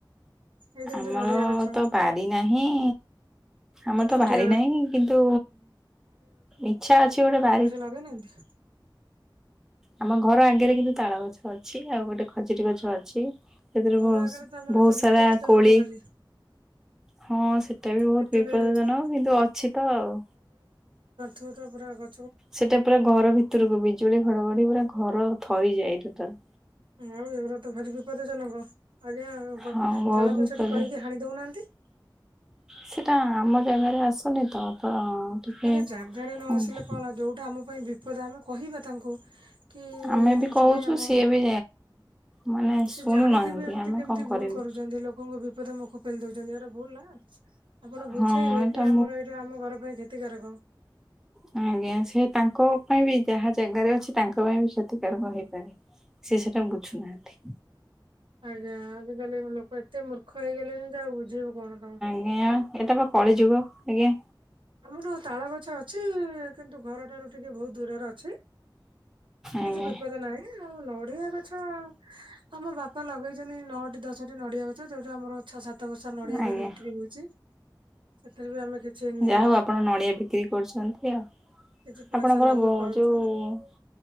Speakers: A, on the right; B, in the centre.
A: ଏ ଯେମିତି
B: ଆମର
A: ନଡିଆ ଗଛ।
B: ତ ବାରି ନାହିଁ। ଆମର ତ
A: ନଡିଆ
B: ବାରି ନାହିଁ। କିନ୍ତୁ ଇଚ୍ଛା ଅଛି ଗୋଟେ ବାରି
A: ଲଗେଇ ନାହାନ୍ତି?
B: ଆମ ଘର ଆଗରେ କିନ୍ତୁ ତାଳ ଗଛ ଅଛି। ଆଉ ଗୋଟେ ଖଜୁରୀ ଗଛ ଅଛି। ସେଥିରୁ
A: ଘର
B: ବହୁସୁ
A: ଆଗରେ ତା ମାନେ
B: ବହୁ
A: ତ
B: ସାରା
A: ବିପଦ ଜନକ
B: କୋଳି
A: ଭାରି
B: ହଁ ସେଟା ବି ବହୁତ
A: ଯେତେବେଳେ
B: ବିପଦଜନକ କିନ୍ତୁ ଅଛି ତ ଆଉ।
A: ଥୁରା ପୁରା ଗ
B: ସେଟା ପୁରା ଘର ଭିତରକୁ ବିଜୁଳି ଘଡଘଡି ପୁରା ଘର ଥରିଯାଏ ଟୋଟାଲ।
A: ଆଉ ଏଉରା ତ ଭାରି ବିପଦଜନକ, ଆଜ୍ଞା ଗ-ତାଳ
B: ହଁ ବହୁତ
A: ଗଛଟି
B: ପ୍ରୋବ୍ଲେମ୍
A: କହିକି ହାଣି ଦଉନାହାନ୍ତି?
B: ସେଟା ଆମ ଜାଗାରେ ଆସୁନି ତ। ତ ଟିକେ
A: ଆରେ ଜାଗାରେ ନ
B: ହୁଁ
A: ଆସିଲେ କଣ ହେଲା, ଯୋଉଟା ଆମ ପାଇଁ ବିପଦ ଆମେ କହିବା ତାଙ୍କୁ। କି ଏଇ
B: ଆମେ ବି
A: ଜିନିଷ
B: କହୁଛୁ
A: ପାଇଁ ଆମର
B: ସିଏ ବି ମାନେ
A: ସେ
B: ଶୁଣୁନାହାନ୍ତି
A: ଜାଣିକି ବି ଏମିତି
B: ଆମେ
A: କେମିତି
B: କଣ କରିବୁ
A: ଭୁଲ କରୁଛନ୍ତି, ଲୋକଙ୍କୁ ବିପଦ ମୁଖ ପେଲି ଦଉଚନ୍ତି ସେଟା ଭୁଲ ନା? ଆପଣ ବୁଝେଇବେ
B: ହଁ ଏଇଟା
A: କି ଆମର ଏଇଟା ଆମ ଘର ପାଇଁ କ୍ଷତିକାରକ।
B: ହ ଆଜ୍ଞା ସେ ତାଙ୍କ ପାଇଁ ବି ଯାହା ଜାଗାରେ ଅଛି ତାଙ୍କ ପାଇଁ ବି କ୍ଷତିକାରକ ହେଇପାରେ। ସିଏ ସେଟା ବୁଝୁ ନାହାଁନ୍ତି।
A: ଆଜ୍ଞା ଆଜିକାଲି ଲୋକ ଏତେ ମୂର୍ଖ ହେଇଗଲେଣିି ଯେ ଆଉ ବୁଝେଇବୁ କଣ ତୋମେ।
B: ଜ୍ଞା ଏଟା ପା କଳିଯୁଗ ଆଜ୍ଞା।
A: ଆମର ତାଳ ଗଛ ଅଛି, କିନ୍ତୁ ଘରଠାରୁ ଟିକେ ବହୁତ ଦୂରର ଅଛି।
B: ଆଜ୍ଞା
A: କିଛି ବିପଦ ନାହିଁ, ଆଉ ନଡିଆ ଗଛ ଆମ ବାପା ଲଗେଇଚନ୍ତି ନଅଟି ଦଶଟି ନଡିଆ ଗଛ, ଯୋଉଠି ଆମର ଛଅ ସାତ ବସ୍ତା ନଡିଆ
B: ଆଜ୍ଞା
A: ବି ବିକ୍ରି ହଉଚି, ସେଥିରେ ବି ଆମେ କିଛି ଉଁ
B: ଯା ହଉ ଆପଣ ନଡିଆ ବିକ୍ରି କରୁଛନ୍ତି ଆଉ।
A: କିଛି ପଇସା
B: ଆପଣଙ୍କର
A: ଲାଭ
B: ଗ-
A: ପାଉଛୁ।
B: ଯୋଉ